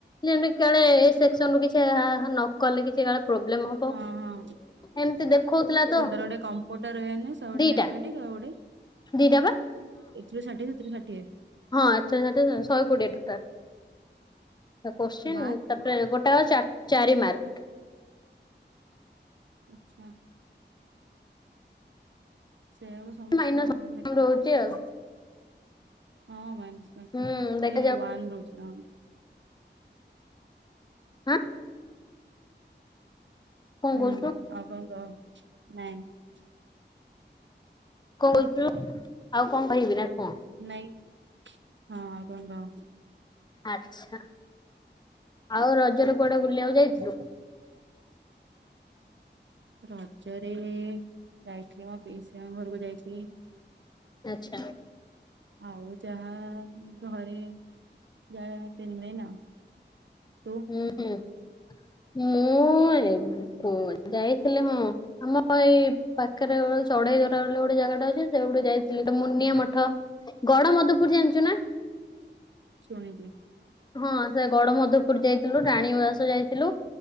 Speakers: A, on the left (about 25°); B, on the right (about 80°).
A: ଯେମତି କାଳେ ଏ ସେକ୍ସନରୁ କିଛି ଆହାହା ନ କଲେ କିଛି କାଳେ ପ୍ରୋବ୍ଲେମ ହବ।
B: ହଁ-ହଁ <unintelligible>
A: ଏମିତି ଦେଖଉଥିଲା ତ
B: ଗୋଟେ କମ୍ପୁଟର <unintelligible> ଆଉ ଗୋଟେ
A: ଦିଟା
B: ମ୍ୟାଥମେଟିକ୍ ଆଉ ଆଉ ଗୋଟେ
A: ଦିଟା ପା।
B: ଏଥିରୁ ଷାଠିଏ ସେଥିରୁ ଷାଠିଏ।
A: ହଁ ଆଛା ଷାଠିଏ <inaudible> ଶହେ କୋଡିଏ ଟୋଟାଲ। <inaudible> କୋଶ୍ଚିନ୍
B: ମାର୍କ
A: ତାପରେ ଗୋଟାକ ଚା ଚାରି ମାର୍କ।
B: ଆଚ୍ଛା। ସେଇଆକୁ ସମସ୍ତ
A: ମାଇନସ୍
B: ଦେଖୁଛି
A: ରହୁଛି ଆଉ
B: କଣ ହଁ ମାଇନସ୍ ମାର୍କିଙ୍ଗ୍
A: ହୁଁ
B: କେତେ
A: ଦେଖାଯାଉ
B: ୱାନ ରହୁଛି ନା କଣ?
A: ଆଁ?
B: ହୁଁ
A: କହୁଛୁ?
B: ଆଉ କଣ କହ? ନାଇଁ।
A: କଣ <inaudible> ଆଉ କଣ କହିବି ନା କଣ?
B: ନାଇଁ ହଁ କଣ କହ।
A: ଆଚ୍ଛା, ଆଉ ରଜରେ କୁଆଡେ ବୁଲିବାକୁ ଯାଇଥିଲୁ?
B: ରଜରେଏ-ଏ ଯାଇଥିଲି ମୋ ପିଇସୀଙ୍କ ଘରକୁ ଯାଇଥିଲି।
A: ଆଚ୍ଛା।
B: ଆଉ ଯାହା ଘରେ ଯାହା ପିନ୍ଧେନା। ତୁ
A: ହୁଁ-ହୁଁ ମୁଁ ହଁ <inaudible> ଯାଇଥିଲେ ହଁ ଆମ ଏଇ ପାଖରେ ଗ ଚଢେଇଧରା ବୋଲି ଗୋଟେ <inaudible> ଜାଗା ଗୋଟେ ଅଛି ସେ <inaudible> ଯାଇଥିଲି ମୁନିଆଁ ମଠ, ଗଡମଧୁପୁର ଜାଣିଛୁ ନା?
B: ଶୁଣିଛି।
A: ହଁ ସେ ଗଡମଧପୁର ଯାଇଥିଲୁ, ରାଣୀ ଉଆସ ଯାଇଥିଲୁ।